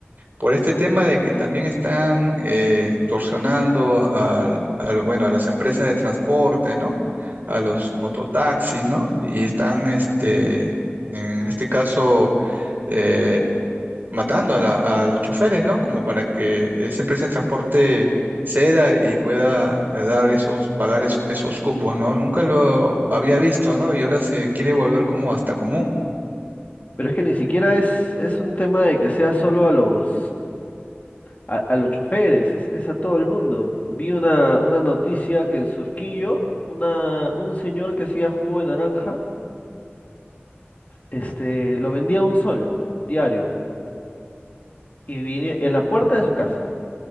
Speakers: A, on the right; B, on the left.
A: por este tema de que también están eh, extorsionando al, al, bueno, a las empresas de transporte, ¿no? A los mototaxis, ¿no? Y están, este, en este caso, eh, matando a, la- a los choferes, ¿no? Como para que eh, esa empresa de transporte ceda y pueda eh, dar esos, pagar esos, esos cupos, ¿no? Nunca lo había visto, ¿no? Y ahora se quiere volver como hasta común.
B: Pero es que ni siquiera es, es un tema de que sea solo a los A, a los choferes, es, es a todo el mundo. Vi una, una noticia que en Surquillo, una, un señor que hacía jugo de naranja, este, lo vendía a un sol diario y vine, en la puerta de su casa.